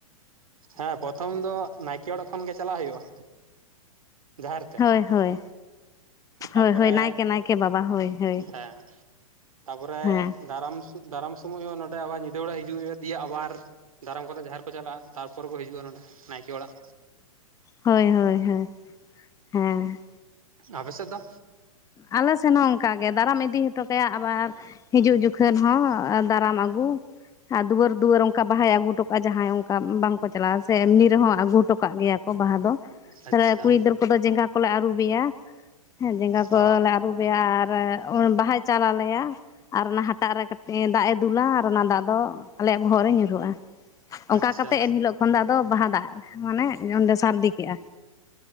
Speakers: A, on the right; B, on the left.
A: ᱦᱮᱸ ᱯᱨᱚᱛᱷᱚᱢ ᱫᱚ ᱱᱟᱭᱠᱮ ᱚᱲᱟᱜ ᱠᱷᱚᱱ ᱜᱮ ᱪᱟᱞᱟᱜ ᱦᱩᱭᱩᱜᱼᱟ ᱡᱟᱦᱮᱨ ᱛᱮ᱾
B: ᱦᱳᱭ ᱦᱳᱭ
A: ᱛᱟᱯᱚᱨᱮ
B: ᱦᱳᱭ ᱦᱳᱭ ᱱᱟᱭᱠᱮ ᱱᱟᱭᱠᱮ ᱵᱟᱵᱟ ᱦᱳᱭ ᱦᱳᱭ
A: ᱦᱮᱸ ᱛᱟᱯᱚᱨᱮ
B: ᱦᱮᱸ
A: ᱫᱟᱨᱟᱢ ᱫᱟᱨᱟᱢ ᱥᱚᱢᱚᱭ ᱦᱚᱸ ᱱᱚᱸᱰᱮ ᱟᱵᱟᱨ ᱧᱤᱫᱟᱹ ᱵᱮᱲᱟ ᱦᱤᱡᱩᱜ ᱦᱩᱭᱩᱜᱼᱟ, ᱫᱤᱭᱮ ᱟᱵᱟᱨ ᱫᱟᱨᱟᱢ ᱠᱟᱛᱮ ᱡᱟᱦᱮᱨ ᱠᱚ ᱪᱟᱞᱟᱜᱼᱟ ᱛᱟᱨᱯᱚᱨᱮ ᱠᱚ ᱦᱤᱡᱩᱜᱼᱟ ᱱᱚᱸᱰᱮ ᱱᱟᱭᱠᱮ ᱚᱲᱟᱜ᱾
B: ᱦᱳᱭ ᱦᱳᱭ ᱦᱳᱭ ᱦᱮᱸ᱾
A: ᱟᱯᱮᱥᱮᱫ ᱫᱚ?
B: ᱟᱞᱮ ᱥᱮᱱ ᱦᱚᱸ ᱚᱝᱠᱟᱜᱮ ᱫᱟᱨᱟᱢ ᱤᱫᱤ ᱦᱚᱴᱚ ᱠᱟᱭᱟ ᱟᱵᱟᱨ ᱦᱤᱡᱩᱜ ᱡᱚᱠᱷᱚᱱ ᱦᱚᱸ ᱫᱟᱨᱟᱢ ᱟᱹᱜᱩ ᱟᱨ ᱫᱩᱣᱟᱹᱨ ᱫᱩᱣᱟᱹᱨ ᱚᱱᱴᱝᱠᱟ ᱵᱟᱦᱟᱭ ᱟᱹᱜᱩᱴᱚ ᱠᱟᱜᱼᱟ, ᱡᱟᱦᱟᱸᱭ ᱚᱝᱠᱟ ᱵᱟᱝᱠᱚ ᱪᱟᱞᱟᱜᱼᱟ ᱥᱮ ᱮᱢᱱᱤ ᱨᱮᱦᱚᱸ ᱟᱹᱜᱩ ᱦᱚᱴᱚ ᱠᱟᱜ ᱜᱮᱭᱟ᱾ ᱠᱚ ᱵᱟᱦᱟ ᱫᱚ
A: ᱟᱪᱪᱷᱟ
B: ᱛᱟᱦᱞᱮ ᱠᱩᱲᱤ ᱜᱤᱫᱟᱹᱨ ᱠᱚᱫᱚ ᱡᱮᱸᱜᱟ ᱠᱚᱞᱮ ᱟᱹᱨᱩᱵᱮᱭᱟ ᱦᱮᱸ ᱡᱮᱸᱜᱟ ᱠᱚᱞᱮ
A: ᱚ
B: ᱟᱹᱨᱩᱵ ᱨᱮᱭᱟ ᱟᱨ ᱵᱟᱦᱟᱭ ᱪᱟᱞ ᱟᱞᱮᱭᱟ᱾ ᱟᱨ ᱚᱱᱟ ᱦᱟᱴᱟᱜ ᱨᱮ ᱠᱟᱹᱴᱤᱡ ᱫᱟᱜ ᱮ ᱫᱩᱞᱟ ᱟᱨ ᱚᱱᱟ ᱫᱟᱜ ᱫᱚ ᱟᱞᱮᱭᱟᱜ ᱵᱚᱦᱚᱜ ᱨᱮ ᱧᱩᱨᱩᱜᱼᱟ᱾ ᱚᱝᱠᱟ
A: ᱟᱪᱪᱷᱟ
B: ᱠᱟᱛᱮᱜ ᱮᱱᱦᱤᱞᱳᱜ ᱠᱷᱚᱱ ᱫᱚ ᱟᱫᱚ ᱵᱟᱦᱟ ᱫᱟᱜ ᱢᱟᱱᱮ ᱚᱸᱰᱮ ᱥᱟᱨᱫᱤ ᱠᱮᱜᱼᱟ᱾